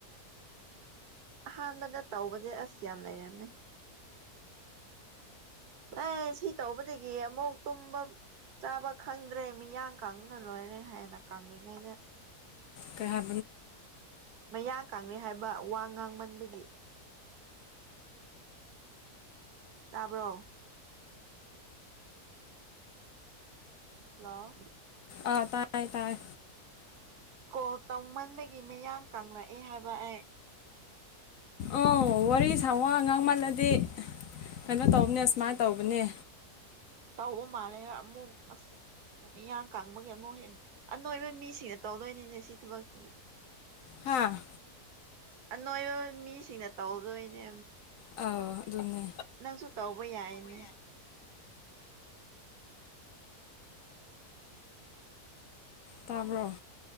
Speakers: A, on the right (about 75°); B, on the left (about 65°).
A: ꯑꯍꯥꯟꯕꯗ ꯇꯧꯕꯁ ꯑꯁ ꯌꯥꯝ ꯂꯩꯔꯝꯃꯦ ꯑꯦ ꯁꯤ ꯇꯧꯕꯗꯒꯤ ꯑꯃꯨꯛ ꯇꯨꯝꯕ ꯆꯥꯕ ꯈꯪꯗ꯭ꯔꯦ ꯃꯤꯌꯥꯡ ꯀꯥꯡꯨꯅ ꯂꯣꯏꯔꯦ ꯍꯥꯏꯅ ꯀꯪꯂꯤꯉꯩꯗ
B: ꯀ
A: ꯃꯌꯥ ꯀꯅꯩ ꯍꯥꯏꯕ ꯋꯥ ꯉꯥꯡꯃꯟꯕꯒꯤ ꯇꯕꯣ ꯍ
B: ꯑꯥ ꯇꯥꯏ ꯇꯥꯏ
A: ꯀꯣ ꯇꯧꯃꯟꯕꯗꯒꯤ ꯃꯤꯌꯥꯡ ꯀꯪꯂꯛꯑꯦ ꯍꯥꯏꯕ ꯑꯩ
B: ꯑꯥꯎ ꯋꯥꯔꯤ ꯁꯃꯛ ꯑꯉꯥꯡ ꯃꯥꯜꯂꯗꯤꯦ ꯀꯩꯅꯣ ꯇꯧꯕꯅꯦ ꯁꯨꯃꯥꯏꯅ ꯇꯧꯕꯅꯦ
A: ꯇ ꯍꯨ ꯃꯥꯅꯦ ꯑꯃꯨꯛ ꯃꯤꯤꯌꯥꯡ ꯀꯥꯡꯥꯡꯕꯒꯤ ꯑꯃꯨꯛ ꯍꯦꯟꯅ ꯑꯅꯣꯏꯕ ꯃꯤꯁꯤꯡꯅ ꯇꯧꯗꯣꯏꯅꯤꯅꯦ ꯁꯤ ꯊꯕꯛꯁꯤꯗꯤ
B: ꯍꯥ
A: ꯑ ꯅꯣꯏꯕ ꯃꯤꯁꯤꯡꯅ ꯇꯧꯗꯣꯏꯅꯦ
B: ꯑꯥ ꯑꯗꯨꯅꯦ
A: ꯅꯪꯁꯨ ꯇꯧꯕ ꯕꯩ ꯌꯥꯅꯦ
B: ꯇꯥꯕ꯭ꯔꯣ